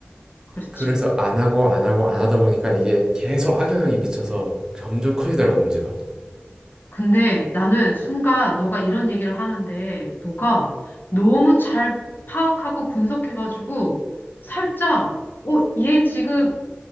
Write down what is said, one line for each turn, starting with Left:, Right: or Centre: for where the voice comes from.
Left: 그렇지.
Right: 그래서 안 하고 안 하고 안 하다 보니까 이게 계속 악영향이 미쳐서 점점 커지더라고 문제가.
Left: 근데 나는 순간 너가 이런 얘기를 하는데 너가 너무 잘 파악하고 분석해가지고 살짝 어, 얘 지금